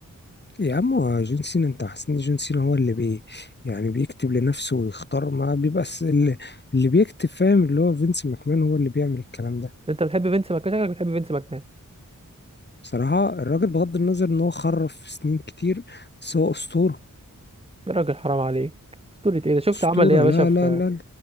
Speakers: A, on the left; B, on the right.
A: يا عم هو جون سينا انت حاسس ان جون سينا هو اللي بي يعني بيكتب لنفسه ويختار ما بيبقى س- اللي, اللي بيكتب فاهم اللي هو فينس ماكمان هو اللي بيعمل الكلام ده
B: انت بتحب فينس ماكمان شكلك بتحب فينس ماكمان
A: بصراحة الراجل بغض النظر ان هو خرف سنين كتير بس هو اسطورة
B: يا راجل حرام عليك اسطورة ايه ده شفت
A: اسطورة
B: عمل ايه يا باشا
A: لا
B: في
A: لا لا